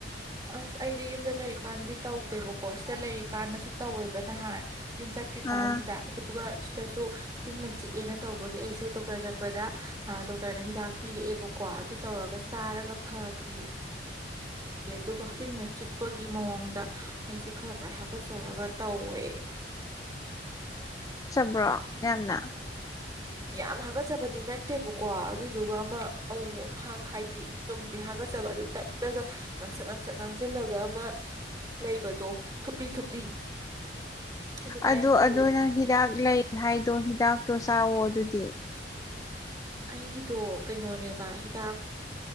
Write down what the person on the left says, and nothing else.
ꯑꯥ
ꯕ꯭ꯔꯣ ꯌꯥꯝꯅ
ꯑꯗꯣ
ꯑꯗꯣ ꯅꯪ ꯍꯤꯗꯥꯛ ꯂꯩ ꯍꯥꯏꯗꯣ ꯍꯤꯗꯥꯛꯇꯣ ꯆꯥꯎꯑꯣ ꯑꯗꯨꯗꯤ